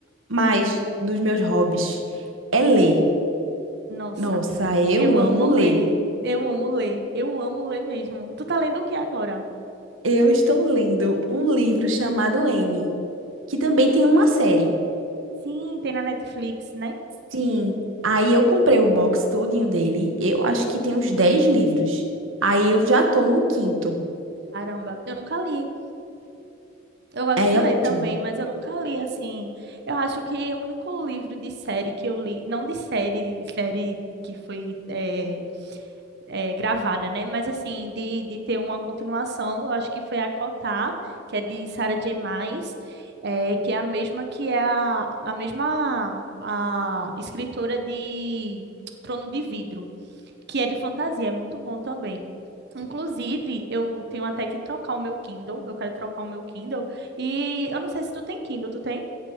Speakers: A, on the right; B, on the right.
A: mais dos meus hobbies é ler.
B: Nossa,
A: Nossa, eu
B: eu
A: amo
B: amo
A: ler.
B: ler, eu amo ler, eu amo ler mesmo. Tu tá lendo o que agora?
A: Eu estou lendo um livro chamado N, que também tem uma série.
B: Sim, tem na Netflix, né?
A: Sim. Aí eu comprei o box todinho dele. Eu acho que tem uns 10 livros. Aí eu já tô no quinto.
B: Caramba, eu nunca li. Eu gosto
A: É
B: de ler
A: ótimo.
B: também, mas eu nunca li assim. Eu acho que o único livro de série que eu li, não de série, série que foi eh, eh, gravada, né? Mas assim, de, de ter uma continuação, eu acho que foi a Cotar, que é de Sarah J. Maas, eh, que é a mesma que é a, a mesma a escritora de <tsk> Trono de Vidro que é de fantasia, é muito bom também. Inclusive, eu tenho até que trocar o meu Kindle, eu quero trocar o meu Kindle, e eu não sei se tu tem Kindle, tu tem?